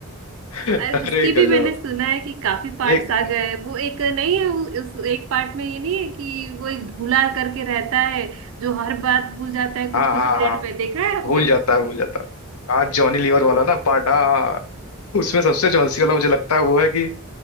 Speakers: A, on the left (about 85°); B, on the right (about 65°).
A: <laughs>
B: और
A: अरे
B: उसकी भी
A: गजब
B: मैंने सुना है कि काफी पार्ट्स
A: एक
B: आ गए हैं। वो एक नहीं है उ- उस एक पार्ट में ये नहीं है कि वो एक भूला करके रहता है जो हर बात भूल जाता है कुछ
A: हाँ
B: कुछ
A: हाँ
B: मिनट
A: हाँ
B: में देखा है आपने
A: भूल जाता है भूल जाता है हाँ जॉनी लीवर वाला ना पार्ट हाँ हाँ, हाँ। उसमें सबसे जो हंसी वाला मुझे लगता है वो है कि